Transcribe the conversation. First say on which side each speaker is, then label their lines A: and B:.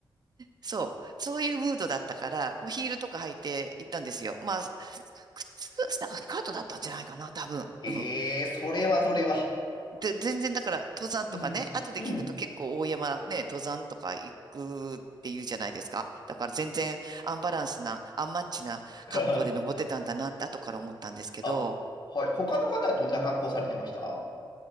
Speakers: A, on the right (about 50°); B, on the left (about 60°).
A: そう、そういうムードだったから、もうヒールとか履いて行ったんですよ。まあ、靴、なんかスカートだったんじゃないかな、多分。
B: ええそれはそれは。
A: うん。で、全然だから登山とかね、
B: うん。
A: 後で聞くと結構大山ね、
B: うん。
A: 登山とか行くって言うじゃないですか。だから全然アンバランスな、アンマッチな格好で登ってたんだなって後から思ったんですけど、
B: <laughs> あ、はい。他の方はどんな格好されてました